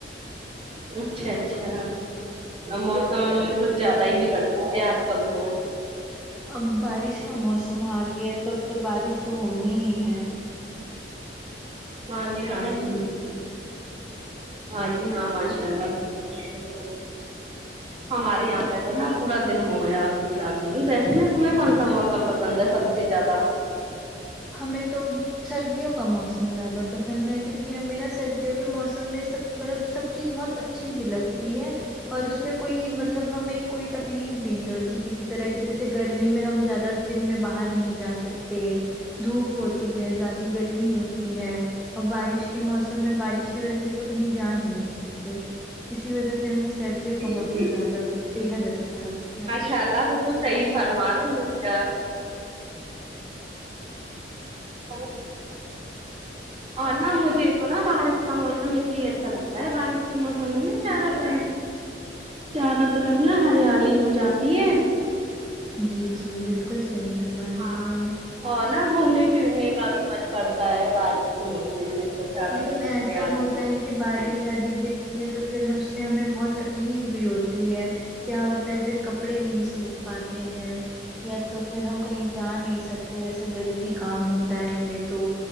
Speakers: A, on the right; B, in the centre.
A: اچھا اچھا موسم کچھ زیادہ ہی بگڑتا ہے آج کل تو
B: اب بارش کا موسم آ گیا تو اب تو بارش تو ہونی ہی ہے
A: ہاں جی ہاں جی ہاں جی ہاں ماشاء اللہ بالکل ہمارے یہاں پہ نا پورا دن ہو گیا پوری رات میں ہوئی ویسے نا تمہیں کون سا موسم پسند ہے سب سے زیادہ
B: ہمیں تو سردیوں کا موسم زیادہ پسند ہے کیونکہ ہمیں نا سردیوں کے موسم میں سب مطلب سب چیز بہت اچھا اچھی بھی لگتی ہے اور اس میں کوئی مطلب ہمیں کوئی تکلیف بھی نہیں ہوتی کسی طرح کی جیسے گرمی میں ہم زیادہ دن میں باہر نہیں جا سکتے دھوپ ہوتی ہے زیادہ گرمی ہوتی ہے اور بارش کے موسم میں بارش کی وجہ سے تو کہیں جا ہی نہیں سکتے اسی وجہ سے ہمیں سردیوں کا
A: جی
B: موسم
A: جی
B: زیادہ بےحد اچھا لگتا ہے
A: <unintelligible> وہ صحیح فرمار ہو ہو کیا ہیلو اور نہ مجھے تو نا بارش کا موسم اس لیے اچھا لگتا ہے بارش کے موسم میں نہ چاروںتے چاروں طرف نا ہریالی ہو جاتی ہے
B: جی جی بالکل صحیح فرما رہی
A: ہاں
B: ہیں آپ
A: اور نا گھومنے پھرنے کا بھی من کرتا ہے بارش کے موسم میں سارا
B: لیکن
A: طرح
B: ایسا
A: تیار
B: ہوتا ہے کہ بارش زیادہ گرتی ہے تو پھر اس سے ہمیں بہت تکلیف بھی ہوتی ہے کیا ہوتا ہے پھر کپڑے نہیں سوکھ پاتے ہیں یا تو پھر ہم کہیں جا نہیں سکتے جیسے ضروری کام ہوتا ہے ہمیں تو